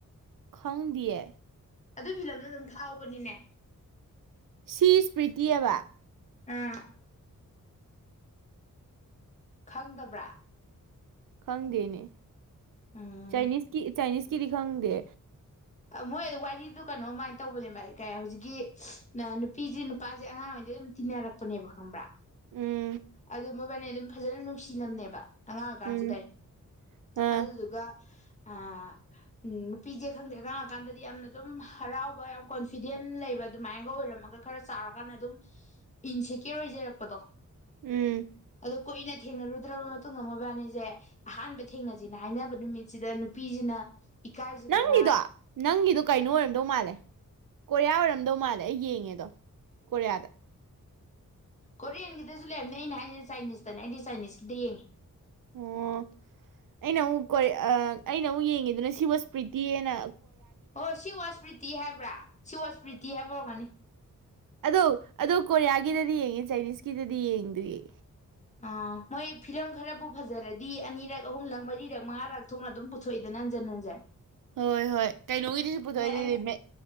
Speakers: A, on the right (about 75°); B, on the left (about 20°).
A: ꯈꯡꯗꯦꯌꯦ
B: ꯑꯗꯨ ꯐꯤꯂꯝꯗꯣ ꯑꯗꯨꯝ ꯊꯥꯎꯕꯅꯤꯅꯦ
A: ꯁꯤ ꯏꯁ ꯄꯔꯏꯇꯤ ꯍꯥ ꯕꯥ
B: ꯎꯝ ꯈꯡꯗꯕ꯭ꯔꯥ
A: ꯈꯡꯗꯅꯦ
B: ꯎꯝ
A: ꯆꯅꯤꯁꯀꯤ ꯆꯅꯤꯁ ꯀꯗꯤ ꯈꯡꯗꯦ
B: ꯃꯣꯏ ꯋꯥꯔꯤꯗꯨ ꯀꯩꯅꯣꯃꯥꯏꯅ ꯇꯧꯕꯅꯦꯕ ꯀ ꯍꯧꯖꯤꯛꯀꯤ ꯅꯨꯄꯤꯁꯤ ꯅꯨꯄꯥꯁꯦ ꯑꯉꯥꯡꯑꯣꯏꯔꯤ ꯉꯦꯗꯒꯤ ꯑꯗꯨꯝ ꯇꯤꯟꯅꯔꯛꯄꯅꯦꯕ ꯈꯡꯕ꯭ꯔꯥ
A: ꯎꯝ
B: ꯑꯗꯨ ꯃꯣꯏꯕꯥꯅꯦ ꯑꯗꯨꯝ ꯐꯖꯅ ꯅꯨꯡꯁꯤꯅꯕꯅꯦꯕ ꯑꯉꯥꯡꯑꯀꯥꯟꯁꯤꯗ
A: ꯎꯝ ꯑꯥ
B: ꯑꯗꯨꯗꯨꯒ ꯑ ꯎ ꯅꯨꯄꯤꯁꯦ ꯈꯪꯗꯦꯉꯥꯡꯉꯀꯥꯟꯗꯗꯤ ꯌꯥꯝꯅ ꯑꯗꯨꯝ ꯍꯔꯥꯎꯕ ꯌꯥꯝ ꯀꯣꯟꯐꯤꯗꯦꯟ ꯂꯩꯕ ꯑꯗꯨꯃꯥꯏꯅꯒ ꯑꯣꯏꯔꯝꯃꯒ ꯈꯔ ꯆꯥꯎꯔꯀꯥꯟꯗ ꯑꯗꯨꯝ ꯏꯟ ꯁꯦꯀꯦꯌꯔ ꯑꯣꯏꯖꯔꯛꯄꯗꯣ
A: ꯎꯝ
B: ꯑ ꯀꯨꯏꯅ ꯊꯦꯡꯅꯔꯨꯗ꯭ꯔꯕ ꯃꯇꯨꯡꯗ ꯃꯣꯏꯕꯥꯅꯤꯁꯦ ꯑꯍꯥꯟꯕ ꯊꯦꯡꯅꯁꯤꯅ ꯍꯥꯏꯅꯕ ꯅꯨꯃꯤꯠꯁꯤꯗ ꯅꯨꯄꯤꯁꯤꯅ ꯏꯀꯥꯏꯖꯗꯅ
A: ꯅꯪꯒꯤꯗꯣ ꯅꯪꯒꯤꯗꯣ ꯀꯩꯅꯣ ꯑꯣꯏꯔꯝꯗꯧ ꯃꯥꯜꯂꯦ ꯀꯣꯔꯤꯌꯥ ꯑꯣꯏꯔꯝꯗꯧ ꯃꯥꯜꯂꯦ ꯑꯩ ꯌꯦꯡꯉꯦꯗꯣ ꯀꯣꯔꯤꯌꯥꯗ
B: ꯀꯣꯔꯤꯌꯟꯒꯤꯗꯁꯨ ꯂꯩꯔꯝꯅꯦ ꯑꯩꯅ ꯍꯥꯏꯁꯦ ꯆꯥꯏꯅꯤꯁꯇꯅꯦ ꯑꯩꯗꯤ ꯆꯥꯏꯅꯤꯁꯀꯤꯗ ꯌꯦꯡꯉꯦ
A: ꯑꯣ ꯑꯩꯅ ꯑꯃꯨꯛ ꯀ ꯑꯩꯅ ꯑꯃꯨꯛ ꯌꯦꯡꯉꯤꯗꯨꯅ ꯁꯤ ꯋꯥꯁ ꯄ꯭ꯔꯤꯇꯤꯅ
B: ꯑꯣ ꯁꯤꯋꯥꯁꯄ꯭ꯔꯤꯇꯤ ꯍꯥꯏꯕ꯭ꯔꯥ ꯁꯤꯋꯥꯁ ꯄ꯭ꯔꯤꯇꯤ ꯍꯥꯏꯕ ꯍꯧꯔꯛꯒꯅꯤ
A: ꯑꯗꯣ ꯑꯗꯣ ꯀꯣꯔꯤꯌꯥꯒꯤꯗꯗꯤ ꯌꯦꯡꯉꯦ ꯆꯥꯏꯅꯤꯁꯀꯤꯗꯗꯤ ꯌꯦꯡꯗ꯭ꯔꯤꯌꯦ
B: ꯑꯥ ꯃꯣꯏ ꯐꯤꯂꯝ ꯈꯔꯕꯨ ꯐꯖꯔꯗꯤ ꯑꯅꯤꯔꯛ ꯑꯍꯨꯝꯂꯛ ꯃꯔꯤꯔꯛ ꯃꯉꯥꯔꯛ ꯊꯣꯛꯅ ꯑꯗꯨꯝ ꯄꯨꯊꯣꯛꯏꯗꯅ ꯍꯟꯖꯤꯟ ꯍꯟꯖꯤꯟ
A: ꯍꯣꯏ ꯍꯣꯏ ꯀꯩꯅꯣꯒꯤꯗꯤꯁꯨ ꯄꯨꯊꯣꯛꯑꯏ ꯑꯗꯨꯗꯤ
B: ꯑꯩꯅ